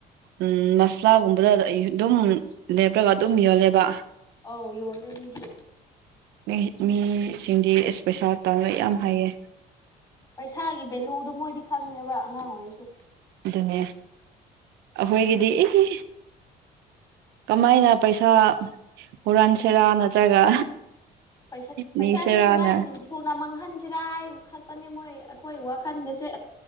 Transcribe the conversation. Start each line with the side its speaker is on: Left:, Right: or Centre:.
Right: ꯎꯝ ꯃꯁꯂꯥꯒꯨꯝꯕꯗꯣ ꯑꯗꯨꯝ ꯂꯦꯞꯔꯒ ꯑꯗꯨꯝ ꯌꯣꯜꯂꯦꯕ
Left: ꯑꯧ ꯌꯣꯜꯂꯦ ꯃꯤꯗꯤ
Right: ꯃꯤ ꯃꯤꯁꯤꯡꯗꯤ ꯏꯁ ꯄꯩꯁꯥ ꯇꯥꯟꯕ ꯌꯥꯝ ꯍꯩꯌꯦ
Left: ꯄꯩꯁꯥꯒꯤ ꯚꯦꯂꯨꯗꯣ ꯃꯣꯏꯗꯤ ꯈꯪꯉꯦꯕ ꯑꯉꯥꯡ ꯑꯣꯏꯔꯁꯨ
Right: ꯑꯗꯨꯅꯦ ꯑꯩꯈꯣꯏꯒꯤꯗꯤ ꯏ ꯀꯃꯥꯏꯅ ꯄꯩꯁꯥ ꯍꯨꯔꯟꯁꯦꯔꯥ ꯅꯠꯇ꯭ꯔꯒ
Left: ꯄꯩꯁꯠ ꯄꯩꯁꯥꯁꯦ
Right: ꯅꯤꯁꯤꯔꯥꯅ
Left: ꯀꯃꯥꯏꯅ ꯊꯨꯅ ꯃꯥꯡꯍꯟꯁꯦꯔꯥ ꯍꯥꯏꯅꯥ ꯈꯟ ꯄꯅꯦ ꯃꯣꯏ ꯑꯩꯈꯣꯏ ꯋꯥꯈꯟꯒꯥꯁꯦ